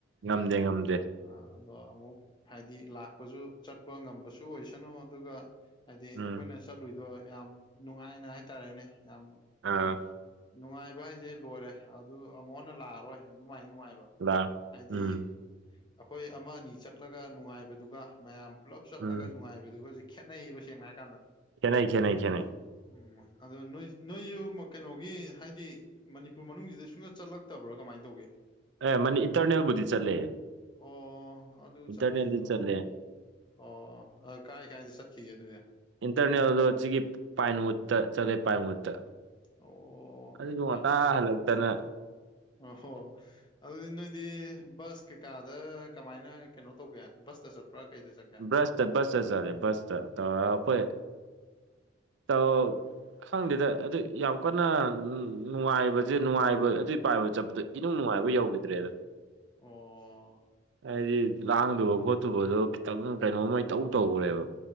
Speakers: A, on the right; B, on the left.
A: ꯉꯝꯗꯦ
B: ꯑꯗꯣ
A: ꯉꯝꯗꯦ
B: ꯑꯥ ꯑꯗꯣ ꯑꯃꯨꯛ ꯍꯥꯏꯗꯤ ꯂꯥꯛ ꯑꯖꯨ ꯆꯠꯄ ꯉꯝꯕꯁꯨ ꯑꯣꯏꯁꯅꯨ ꯑꯗꯨꯒ ꯍꯥꯏꯗꯤ ꯑꯩꯈꯣꯏꯅ
A: ꯎꯝ
B: ꯆꯠꯂꯨꯏꯗꯣ ꯌꯥꯝ ꯅꯨꯡꯉꯥꯏꯅ ꯍꯥꯏꯇꯥꯔꯦꯅꯦ ꯌꯥꯝ
A: ꯑꯥ
B: ꯅꯨꯡꯉꯥꯏꯕ ꯍꯥꯏꯁꯦ ꯂꯣꯏꯔꯦ ꯑꯗꯨ ꯑꯃꯨꯛ ꯍꯟꯅ ꯂꯥꯛꯑꯔꯣꯏ ꯑꯗꯨꯃꯥꯏ ꯅꯨꯡꯉꯥꯏꯕ
A: ꯂꯥ
B: ꯍꯥꯏꯗꯤ
A: ꯎꯝ
B: ꯑꯩꯈꯣꯏ ꯑꯃ ꯑꯅꯤ ꯆꯠꯂꯒ ꯅꯨꯡꯉꯥꯏꯕꯗꯨꯒ ꯃꯌꯥꯝ ꯄꯨꯜꯂꯞ ꯆꯠꯂꯒ
A: ꯎꯝ
B: ꯅꯨꯡꯉꯥꯏꯕꯗꯨꯒꯖꯦ ꯈꯦꯠꯅꯩꯌꯦꯕ ꯁꯦꯡꯅ ꯍꯥꯏꯔ ꯀꯥꯟꯗ
A: ꯈꯦꯠꯅꯩ ꯈꯦꯠꯅꯩ ꯈꯦꯠꯅꯩ
B: ꯎꯝ ꯑꯗꯣ ꯅꯣꯏ ꯅꯣꯏꯖꯨ ꯀꯩꯅꯣꯒꯤ ꯍꯥꯏꯗꯤ ꯃꯅꯤꯄꯨꯔ ꯃꯅꯨꯡꯖꯤꯗ ꯁꯨꯡꯆꯠ ꯆꯠꯂꯛꯇꯕ꯭ꯔꯥ ꯀꯃꯥꯏꯅ ꯇꯧꯒꯦ
A: ꯑꯦ ꯃꯥꯅꯤ ꯏꯟꯇꯔꯅꯦꯜꯕꯨꯗꯤ ꯆꯠꯂꯦ
B: ꯑꯣ ꯑꯗꯨ
A: ꯏꯟꯇꯔꯅꯦꯜꯗꯤ
B: ꯆꯂ ꯑꯣ
A: ꯆꯠꯂꯦ
B: ꯑꯣ ꯑꯥ ꯀꯥꯏ ꯀꯥꯏꯗ ꯆꯠꯈꯤꯒꯦ ꯑꯗꯨꯗꯤ
A: ꯏꯟꯇꯔꯅꯦꯜꯗꯣ ꯁꯤꯒꯤ ꯄꯥꯏꯟꯋꯨꯠꯇ ꯆꯠꯂꯦ ꯄꯥꯏꯟꯋꯨꯠꯇ
B: ꯑꯣ
A: ꯑꯗꯨꯖꯨ ꯉꯟꯇꯥ ꯍꯜꯂꯛꯇꯅ
B: ꯑꯣ ꯍꯣ ꯑꯗꯨꯗꯤ ꯅꯣꯏꯗꯤ ꯕꯁ ꯀꯩꯀꯥꯗ ꯀꯃꯥꯏꯅ ꯀꯩꯅꯣ ꯇꯧꯒꯦ ꯕꯁꯇꯥ ꯆꯠꯄ꯭ꯔꯥ ꯀꯩꯗ ꯆꯠ
A: ꯕꯁꯇꯥ ꯕꯁꯇꯥ ꯆꯠꯂꯦ ꯕꯁꯇꯥ ꯇꯧꯔꯒ ꯑꯩꯈꯣꯏ ꯇꯧ ꯈꯪꯗꯦꯗ ꯑꯗꯣꯏ ꯌꯥꯝ ꯀꯟꯅ ꯅꯨꯡꯉꯥꯏꯕꯖꯦ ꯅꯨꯡꯉꯥꯏꯕ ꯑꯗꯨꯏ ꯄꯥꯏꯕ ꯆꯠꯄꯗ ꯏꯅꯨꯡ ꯅꯨꯡꯉꯥꯏꯕ ꯌꯧꯒꯤꯗ꯭ꯔꯦꯗ
B: ꯑꯣ
A: ꯍꯥꯏꯗꯤ ꯂꯥꯡꯗꯧꯕ ꯈꯣꯠꯇꯧꯕꯗꯣ ꯈꯤꯇꯪ ꯀꯩꯅꯣꯝꯃ ꯏꯇꯧ ꯇꯧꯒꯔꯦꯕ